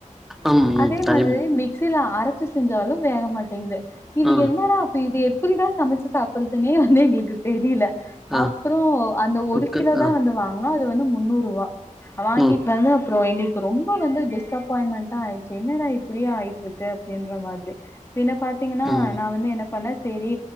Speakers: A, in the centre; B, on the left.
A: ம் ம்
B: அதே
A: டைம்
B: மாதிரி மிக் சில அரச்சு செஞ்சாலு வேக மாட்டேங்குது இது
A: ஆ
B: என்னடா அப்பி இது எப்டிடா சமச்சு சாப்டுறதுனே வந்து எங்கேளுக்கு தெரியல
A: ஆ
B: அப்பறோ அந்த ஒரு
A: குக்கு
B: கிலோ தா
A: ஆ
B: வந்து வாங் குனோ அது வந்து முன்னூர்ரூவா வாங்கிட்டு
A: ம்
B: வந்து அப்றோ எங்கிள்க் ரொம்ப வந்து டிஸ்ப்பாயின்மெண்ட்டா ஆயிடுச்சு என்னடா இப்டியே ஆயிட்டுருக்கு அப்டின்ற மாதிரி பின்ன பாத்தீங்கனா
A: ம்
B: நா வந்து என்ன பண்ணே செரி